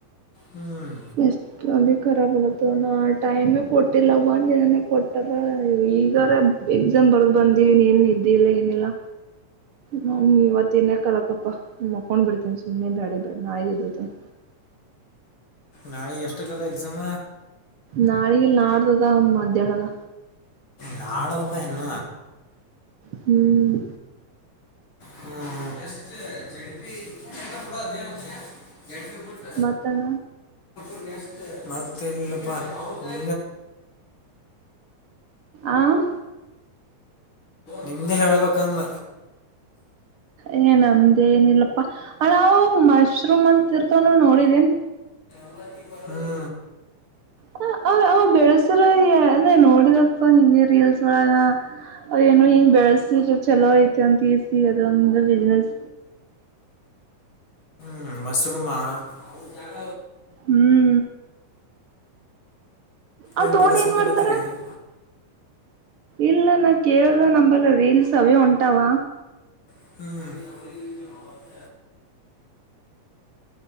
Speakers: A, on the left (about 40°); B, on the right (about 65°).
A: ಹ್ಮ್
B: ಎಷ್ಟು ಅಲ್ಲಿ ಖರಾಬ್ ಇರತ್ತನ ನಾ ಟೈಮೇ ಕೊಟ್ಟಿಲ್ಲ ಒಂದು ದಿನನೇ ಕೊಟ್ಟಾರ ಈಗಾರ ಎಕ್ಸಾಮ್ ಬರ್ದ ಬಂದಿನಿ ಏನ್ ನಿದ್ದೆ ಇಲ್ಲ ಏನಿಲ್ಲಾ. ಹ್ಮ ಇವತ್ತ ಇನ್ ಕಲಕ್ಕಪ್ಪಾ ಮಕೊಂಡ್ ಬಿಡ್ತೇನೆ ಸುಮನೆ ಬೇಡ ಬ್ಯಾಡ ನಾಳೆಗೆ ಎದ್ದೇಳ್ತೀನಿ
A: ನಾಳೆಗ ಎಷ್ಟಾಕ್ಕದ ಎಕ್ಸಾಮ
B: ನಾಳೆಗಿಲ್ಲ ನಾಡ್ದದ ಮಧ್ಯಾಹ್ನದ
A: ನಾಡ್ದಾದ ಇನ್ನ...
B: ಹ್ಮ್
A: ಹ್ಮ ಹ್ಮ್ಮ್ ಎಷ್ಟ ಜಡಪಿ <unintelligible> ಜಡಪಿ ಗುಡಸ್
B: ಮತ್ತಣ
A: <inaudible> ಮತ್ತ ಎನು ಇಲ್ಲಪ್ಪ ಪ್ಪ
B: ಆಂ
A: ನಿಮ್ದೆ ಹೇಳ್ಬೇಕಂದ
B: ಏ ನಮ್ದೇ ಏನಿಲ್ಲಪ್ಪಾ ನಾವು ಅಣ್ಣ ಮಶ್ರೂಮ್ ಅಂತ ಇರ್ತ ನೋಡಿದೇನ್
A: <unintelligible>
B: ಹ ಅವ ಅವ ಬೆಳಸ್ರ ಇ ನೋಡಿದಪ್ಪ ಹಿಂಗೆ ರೀಲ್ಸ್ ಒಳಗ ಏನೋ ಹಿಂಗ್ ಬೆಳಸಿದ್ರ ಚಲೋ ಐತೆ ಅಂತಸಿ ಅದೊಂದು ಬಿಸ್ನೆಸ್.
A: ಹ್ ಮಶರುೂಮ ಅ ಅವೌ ಜಾಗ
B: ಹ್ಮ್. ಅವ್
A: ಏನ್
B: ತಗೊಂಡ್
A: ಬೆಳೆಸಬೇಕ
B: ಮಾಡ್ತಾರ
A: ಕಲತ್ತೀರಿ ಏನ್
B: ಇಲ್ಲ ನಾ ಕೇಳ್ದರೆ ನಂಬಲ್ಲ ರೀಲ್ಸ್ ಅವೇ ಹೂಟಾವ.
A: ಹ್ಮ್